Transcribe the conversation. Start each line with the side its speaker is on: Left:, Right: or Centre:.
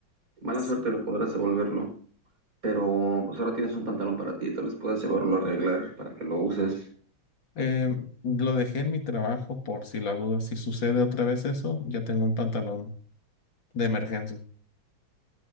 Right: Mala
Left: Sí.
Right: suerte, no podrás devolverlo. Pero pues ahora tienes un pantalón para ti, tal vez puedas llevarlo a arreglar para que lo uses.
Left: Em, lo dejé en mi trabajo por si la duda, si sucede otra vez eso, ya tengo un pantalón de emergencia.